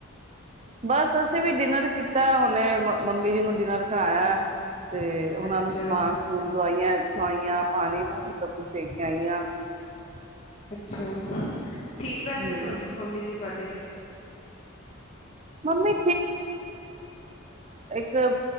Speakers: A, on the right; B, on the left.
A: ਬਸ ਅਸੀਂ ਵੀ ਡਿਨਰ ਕੀਤਾ ਉਹਨੇ ਮੰਮੀ ਜੀ ਨੂੰ ਡਿਨਰ ਕਰਾਇਆ। ਤੇ ਉਹਨਾਂ
B: ਅੱਛਾ
A: ਨੂੰ ਸਮਾਨ ਸਮੂਨ ਦਵਾਈਆਂ। ਖਵਾਈਆਂ ਪਾਣੀ ਹੁਣ ਸਭ ਕੁੱਛ ਦੇਖ ਕੇ ਆਈ ਹਾਂ। <unintelligible>
B: ਅੱਛਾ, ਠੀਕ
A: ਹੂੰ,
B: ਰਹਿੰਦੇ ਨੇ ਹੁਣ ਮੰਮੀ ਜੀ, ਤੁਹਾਡੇ
A: ਮੰਮੀ ਤੇ,